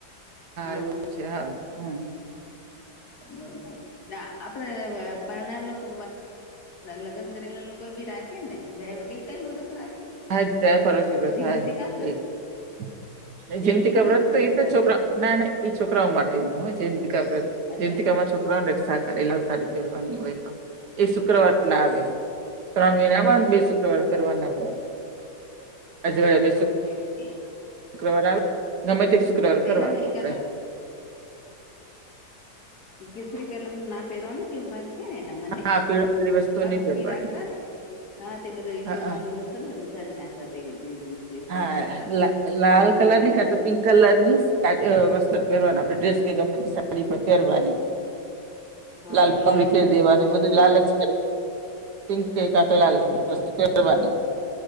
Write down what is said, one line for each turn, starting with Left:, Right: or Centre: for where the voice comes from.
Left: હા
Right: એવું જ છે હા. હમ્મ.
Left: બરોબર આપડે બરનાર લોકો લગ્ન કરેલા લોકો બી રાખે ને જે ક કઈ વ્રત રાખે
Right: હા જય પરરત વિ વ્રત
Left: જીવંતિકા
Right: હાય
Left: વ્રત
Right: એ
Left: કે
Right: જેમથી
Left: જીવંતા
Right: ખબરત
Left: કા વ્રત
Right: તો એ તો
Left: રાખે
Right: છોકરા ના ના એ છોકરાઓ માટેનું હોય જંતિકકા
Left: અચ્છા
Right: જંતિકકામાં છોકરા ુક રક્ષા કરે સારી પરવાની હોય તો એ શુક્રવાર પણ આવે ત્રણ મહિના બા બે શુક્રવાર કરવાના હોય
Left: હા
Right: અજવાળે બે
Left: એ.
Right: <unintelligible> ગમે
Left: હ
Right: તે શુક્રવાર
Left: હા તેના
Right: કરવાનો
Left: એક
Right: આપણે
Left: કેસરી કલર નું ના પહેરવાનું કેવું ક રાખે ને એના મને
Right: હા પીળી પીળી વસ્તુ નહીં
Left: મમ્મી
Right: પહેરવાની
Left: રાખતા ને હા તે બધા
Right: હા
Left: સોનાની વસ્તુ ને બધી ઉતારી નાખતા એવું
Right: હા
Left: કઈ કરતા
Right: લા લાલ
Left: એ મેં
Right: કલર
Left: જોયું
Right: નીખાતો
Left: હોય
Right: પિંક કલર ની વસ્ત્ર પહેરવાનું આપણે ડ્રેસ કે ગમે તે સાડી પર પહેરવાની
Left: હા
Right: લાલ
Left: એ
Right: પંગડી
Left: મેં
Right: ફેરી દેવાનું
Left: જોયું
Right: બધું
Left: તું
Right: લાલ જ પિંક ક તો
Left: હમ
Right: લાલ વસ્તુની